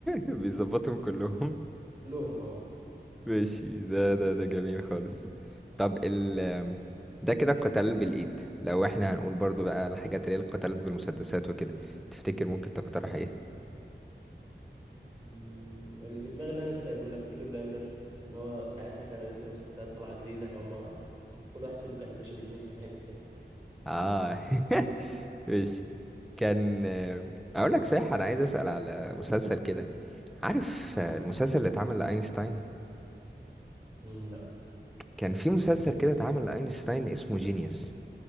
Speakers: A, in the centre; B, on the right (about 25°).
A: <laughs> بيظبطهم كلهم
B: كلهم اه
A: ماشي ده ده ده جميل خالص طب ال ده كده القتال بالإيد لو احنا هنقول برضو بقى الحاجات اللي هي القتالات بالمسدسات وكده تفتكر ممكن تقترح ايه؟
B: مم، اللي في دماغي اللي انا سأله لك بيكي بلاندرز ان هو ساعتها كان لسه المسلسلات طالعة جديدة فهم كل واحد فيهم كان ماشي باتنين تلاتة كده
A: اه <laughs> ماشي كان آه، اقول لك صحيح انا عايز اسأل على مسلسل كده عارف آه، المسلسل اللي اتعمل لأينشتاين
B: مم، لا
A: كان في مسلسل كده اتعمل لأينشتاين اسمه جينيوس